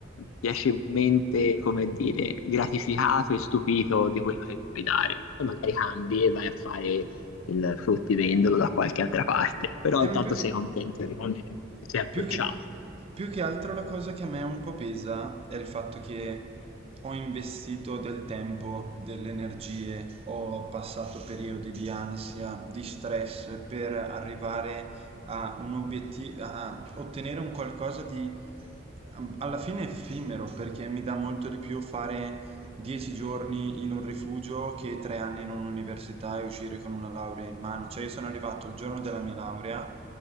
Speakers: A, on the left; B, on the right.
A: piacevolmente, come dire, gratificato e stupito di quello che puoi dare. Poi magari cambi e vai a fare il fruttivendolo da qualche altra parte, però
B: Eh,
A: intanto
B: ma più che,
A: sei contento di come ti sei approcciato.
B: più che, più che altro la cosa che a me un po' pesa è il fatto che ho investito del tempo, delle energie, ho passato periodi di ansia, di stress per arrivare a un obiettivo, a ottenere un qualcosa di alla fine effimero, perché mi dà molto di più fare 10 giorni in un rifugio che 3 anni in un'università e uscire con una laurea in mano. Cioè, io sono arrivato il giorno della mia laurea